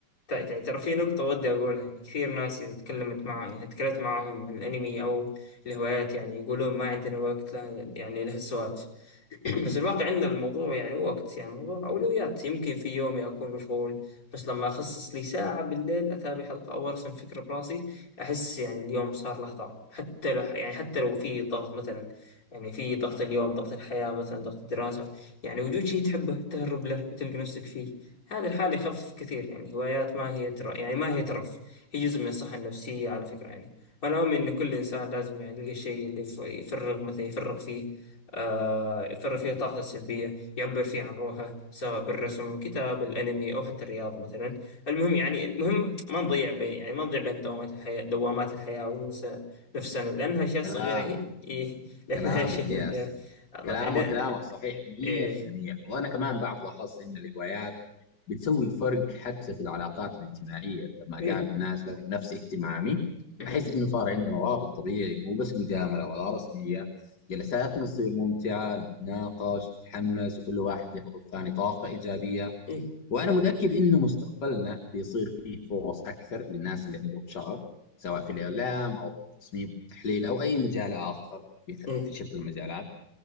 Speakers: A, on the left; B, on the left.
A: تع- تع- ترى في نقطة ودي أقولها يعني كثير ناس إذا تكلمت معاه يعني تكلمت معاهم عن الأنمي أو الهوايات يعني يقولون ما عندنا وقت لا يعني لهالسوالف <clears throat> بس الواقع عندنا الموضوع يعني وقت يعني الموضوع أولويات يمكن في يومي أكون مشغول بس لما أخصص لي ساعة بالليل أتابع حلقة أو أرسم فكرة براسي أحس يعني اليوم صار له طعم حتى لو يعني حتى لو في ضغط مثلا يعني في ضغط اليوم ضغط الحياة مثلا ضغط الدراسة يعني وجود شيء تحبه تهرب له وتلقى نفسك فيه هذه الحالة يخفف كثير يعني هوايات ما هي تر... يعني ما هي ترف هي جزء من الصحة النفسية على فكرة يعني وأنا أؤمن إن كل إنسان لازم يعني يلقى الشيء اللي يف- يفرغ مثلا يفرغ فيه آه يفرغ فيه طاقته السلبية يعبر فيه عن روحه سواء بالرسم كتاب الأنمي أو حتى الرياضة مثلا المهم يعني المهم ما نضيع بين يعني ما نضيع بين دوامات الحياة دوامات الحياة وننسى نفسنا لأنها أشياء صغيرة
B: كلام
A: هي إيه لأنها
B: كلامك
A: أشياء
B: ياس
A: <laughs> الله
B: كلامك
A: يخ- لا
B: كلامك صحيح 100%
A: إيه
B: وأنا كمان بعد لاحظت إن الهوايات بتسوي فرق حتى في العلاقات الاجتماعية لما
A: إيه
B: أقابل ناس لهم نفس اهتمامي
A: مهم.
B: أحس إنه صار عندنا روابط طبيعي مو بس مجاملة ولا رسمية جلساتنا تصير ممتعة نتناقش نتحمس وكل واحد يعطي الثاني طاقة إيجابية
A: إيه
B: وأنا متأكد إنه مستقبلنا بيصير فيه فرص أكثر للناس اللي عندهم شغف سواء في الإعلام أو التصميم والتحليل أو أي مجال آخر في
A: إيه
B: في شتى المجالات